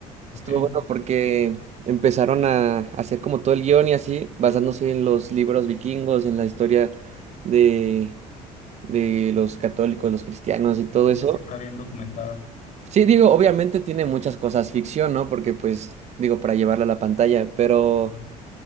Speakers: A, on the left; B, on the right.
A: Ok.
B: estuvo bueno porque empezaron a hacer como todo el guión y así, basándose en los libros vikingos, en la historia de, de los católicos, los cristianos y todo
A: O
B: eso.
A: sea, sí está bien documentada.
B: Sí, digo, obviamente tiene muchas cosas ficción, ¿no? Porque pues, digo, para llevarla a la pantalla, pero...
A: Ajá.